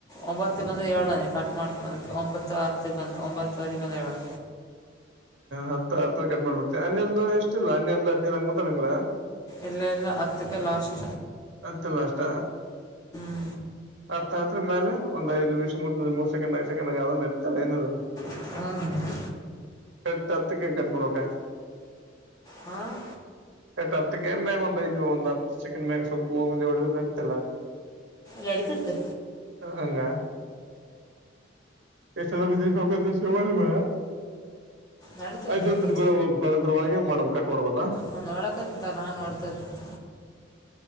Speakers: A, on the left (about 20°); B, on the right (about 75°).
A: ಒಂಬತ್ತ ಬಂದ ಏಳ್ುನ ಕಟ್ ಮಾಡ್ಕೋದ ಒಂಬತ್ತು ಹತ್ತ ಬಂದ ಒಂಬತ್ತುವರೆ ಬಂದ ಏಳ್ು
B: ಹತ್ತ ಹತ್ತ ಕಟ್ ಮಾಡ್ಬಿಡ್ತವಿ ಅನ್ನಯಮ್ದ ಎಷ್ಟಿಲ್ಲ ಅನ್ನಯೊ್ದ ಹದ್ಿನ ಮಾತಾಡಂಗಲಾ
A: ಇಲ್ಲ ಇಲ್ಲ ಅತ್ತುಕ್ಕೆ ಲಾಸ್ಟ್
B: ಹತ್ತಲ್ಲ ಅಷ್ಟ
A: ಹ್ಮ್
B: ಅತ್ತ ಅತ್ರ ಮೇಲೆ ಒಂದ್ಐದು ನಿಮಿಷ ಮೂ ನಿಮಷ ಮೂರು ಸೆಕಂಡ್ ನ ಸೆಕಂಡ್ ಆಗ ಅದ್ರ ನಡೀತಲ್ಲ ಏನ
A: ಹ
B: ಕತತ್ತ ಕೈಕಬಡೋಕ
A: ಹಾಂ
B: ಹತ್ತು ಮ್ಯಾಗ್ ಇ ಚಿಕನ್ ಮ ಸ್ವಲ್ಪ ಹೋಗ ಮುಂದೆ ಹೊಡದ್ರ ನಡತಲ್ಲ.
A: ಗಡಿಿತ ಇತ್ತು.
B: ಹ ಹಂಗ. ಎಷ್ಟ್ರ ಬ ಮ
A: ನಡೀತೈತೆ
B: ಅದೊಂದ್ರ
A: ನಿಂದು
B: ಬೆಳ ಭರದ್ರವಾಗಿ ಮಾಡ್ಬೇಕ. ಮಾಡ್ಬೋದಾ
A: ನಾ ನೋಡಕ ತಿಂತ ನಾನ್ ನೋಡ್ತದಂತ.